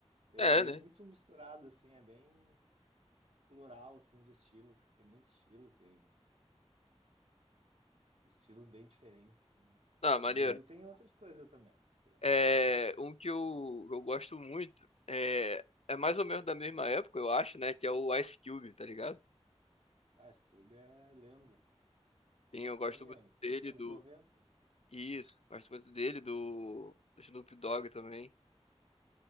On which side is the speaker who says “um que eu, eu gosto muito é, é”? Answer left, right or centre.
Left